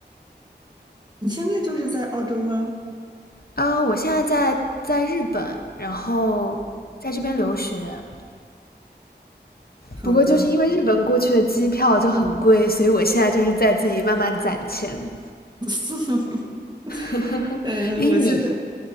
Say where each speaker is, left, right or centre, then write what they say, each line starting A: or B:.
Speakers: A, on the right (about 25°); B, on the left (about 55°).
A: 你现在就是在澳洲吗？
B: 啊，我现在在在日本，然后在这边留学。
A: 好的，
B: 不过就是因为日本过去的机票就很贵，所以我现在就是在自己慢慢攒钱。
A: <laughs>
B: <laughs>
A: 呃，
B: 诶，
A: 我现在
B: 你